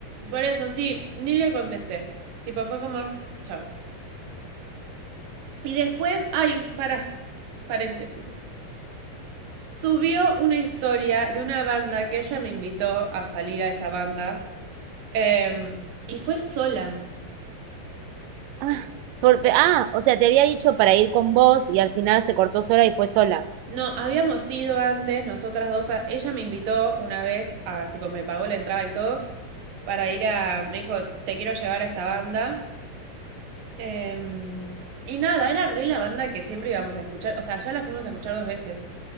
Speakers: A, on the right (about 65°); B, on the right (about 85°).
A: Por eso sí, ni le contesté, tipo fue como, chau. Y después, ay, para, paréntesis. subió una historia de una banda que ella me invitó a salir a esa banda. eh, y fue sola.
B: Ah, por- ah, o sea, te había dicho para ir con vos y al final se cortó sola y fue sola.
A: No, habíamos ido antes, nosotras dos. a- ella me invitó una vez a, tipo, me pagó la entrada y todo, para ir a. Me dijo, te quiero llevar a esta banda. Eh, y nada, era re la banda que siempre íbamos a escuchar. O sea, ya la fuimos a escuchar dos veces.